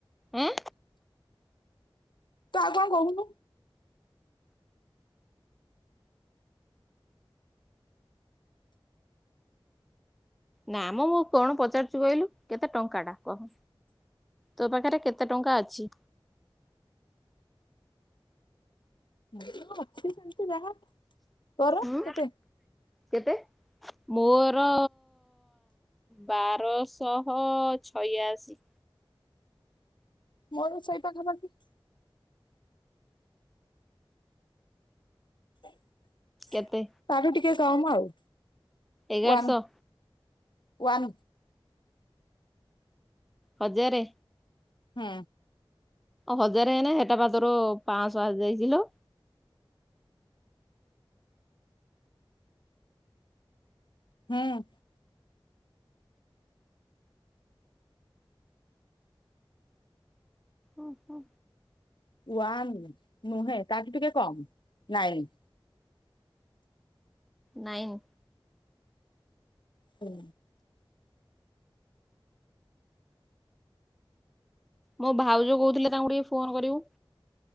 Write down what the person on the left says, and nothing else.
ତୁ ଆଉ କଣ କହୁନୁ।
ଅଛି ସେ <unintelligible> ଯାହା ତୋର
କେତେ
ମୋର ଶୋଇ ପାଖା ପାଖି <unintelligible>
ତାଠୁ ଟିକେ କମ୍ ଆଉ
ୱାନ
ୱାନ।
ହୁଁ।
ହୁଁ।
ୱନ୍ ନୁହେଁ ତାଠୁ ଟିକେ କମ୍ ନାଇଁ।।
ହୁଁ।